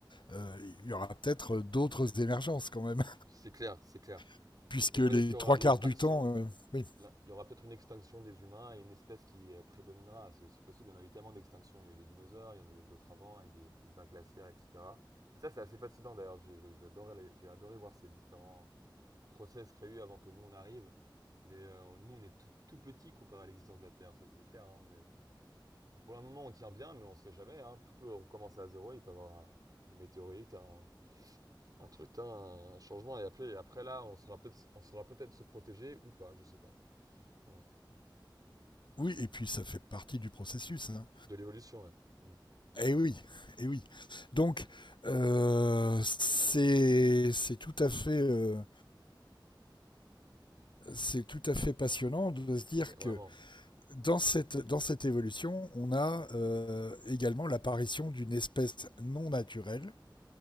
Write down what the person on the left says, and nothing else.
euh, il y aura peut-être euh, d'autres émergences quand même,
<laughs> puisque
les
trois
quarts du temps, Euh, oui.
Oui, et puis ça fait partie du processus. hein.
Eh oui, eh oui. Donc euh, c'est c'est tout à fait euh, c'est tout à fait passionnant de se dire
que dans cette dans cette évolution, on a euh, également l'apparition d'une espèce non naturelle,